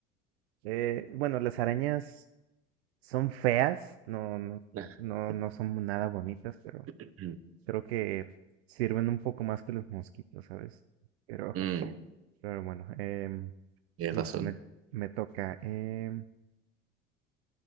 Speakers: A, on the right (about 70°); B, on the right (about 45°).
A: eh, bueno, las arañas son feas, no, no,
B: <laughs>
A: no, no son nada bonitas, pero
B: <clears throat>
A: creo que sirven un poco más que los mosquitos, ¿sabes? Pero,
B: Mm,
A: <laughs> pero bueno, em,
B: tienes
A: listo,
B: razón.
A: me, me toca. Em,